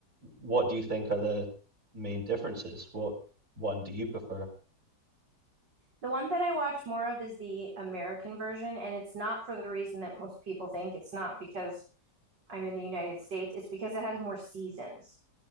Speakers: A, on the right; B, on the right.
A: What do you think are the main differences? What one do you prefer?
B: The one that I watch more of is the American version, and it's not for the reason that most people think. It's not because I'm in the United States, it's because it has more seasons.